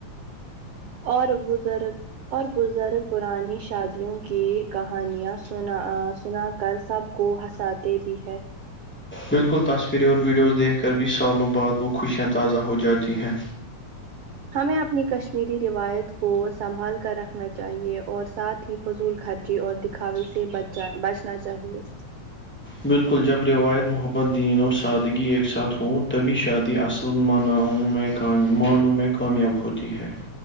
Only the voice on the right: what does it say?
اور بزرگ اور بزرگ پرانی شادیوں کے کہانیاں سنا ا سنا کر سب کو ہنساتے بھی ہے
ہمیں اپنی کشمیری روایت کو سنبھال کر رکھنا چاہیے اور ساتھ ہی فضول خر چی اور دکھاوے سے بچا بچنا چاہیے